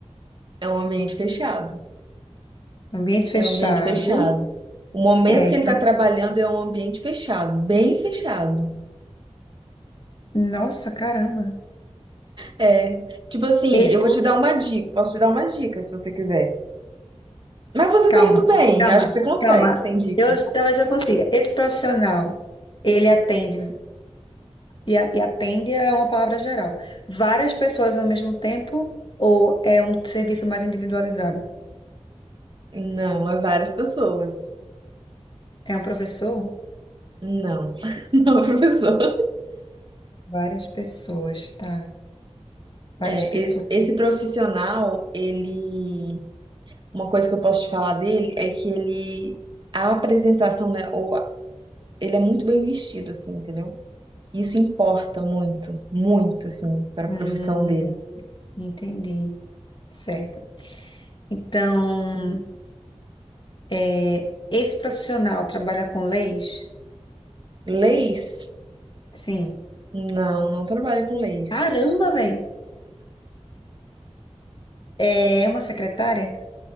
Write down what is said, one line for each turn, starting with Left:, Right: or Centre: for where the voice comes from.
Right: É um ambiente fechado.
Left: Ambiente fechado.
Right: É um ambiente fechado. O momento
Left: É,
Right: que
Left: tra-
Right: ele está trabalhando é um ambiente fechado, bem fechado.
Left: nossa, caramba.
Right: É, tipo assim,
Left: Esse,
Right: eu vou te dar uma dica, posso te dar uma dica se você quiser. Mas você
Left: calma,
Right: tá indo bem,
Left: calma,
Right: acho que você consegue,
Left: calma.
Right: sem dica.
Left: Eu, talvez eu consiga. Esse profissional, ele atende, e, a- e atende é uma palavra geral. Várias pessoas ao mesmo tempo, ou é um serviço mais individualizado?
Right: Não, é várias pessoas.
Left: É um professor?
Right: Não, <laughs> não, é professor.
Left: Várias pessoas, tá? Várias
Right: É,
Left: pessoas.
Right: e- esse profissional, ele, uma coisa que eu posso te falar dele é que ele, a apresentação, né, ou a- ele é muito bem vestido, assim, entendeu? Isso importa muito, muito, assim, para
Left: Hum,
Right: a profissão dele.
Left: entendi. Certo. Então, é, esse profissional trabalha com leis?
Right: Leis?
Left: Sim.
Right: Não, não trabalha com leis.
Left: Caramba, velho. É uma secretária?